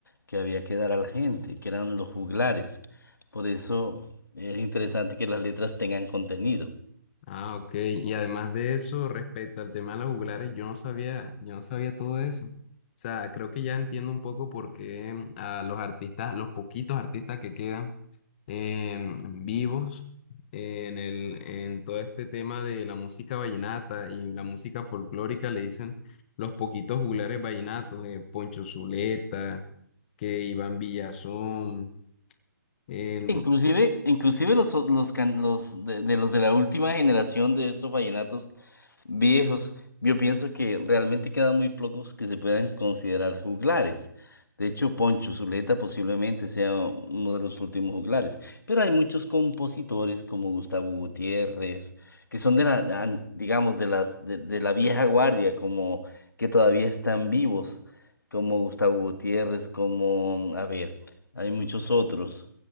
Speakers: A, on the left; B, on the left.
A: que había que dar a la gente, que eran los juglares. Por eso es interesante que las letras tengan contenido.
B: Ah, ok. Y además de eso, respecto al tema de los juglares, yo no sabía, yo no sabía todo eso. O sea, creo que ya entiendo un poco por qué mm, a los artistas, a los poquitos artistas que quedan em, vivos eh, en el, en todo este tema de la música vallenata y la música folclórica le dicen los poquitos juglares vallenatos, eh, Poncho Zuleta, que Iván Villazón, em,
A: Inclusive, inclusive los, los, can- los de, de los de la última generación de estos vallenatos Viejos, yo pienso que realmente quedan muy pocos que se puedan considerar juglares. De hecho, Poncho Zuleta posiblemente sea uno de los últimos juglares. Pero hay muchos compositores como Gustavo Gutiérrez, que son de la, an- digamos, de las, de, de la vieja guardia, como que todavía están vivos, como Gustavo Gutiérrez, como, a ver, hay muchos otros.